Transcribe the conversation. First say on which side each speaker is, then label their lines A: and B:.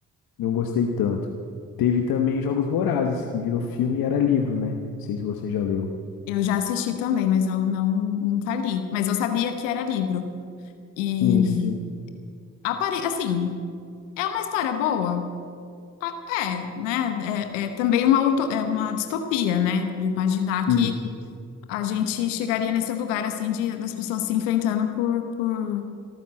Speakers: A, on the left; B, on the left.
A: não gostei tanto. Teve também Jogos Vorazes, que virou filme e era livro, né? Não sei se você já leu.
B: Eu já assisti também, mas eu não, nunca li. Mas eu sabia que era livro. E,
A: Sim, sim.
B: apare... assim, é uma história boa? Ah, É, né? É, é também uma, auto... é uma distopia, né? De imaginar que
A: Isso.
B: a gente chegaria nesse lugar, assim, de, das pessoas se enfrentando por por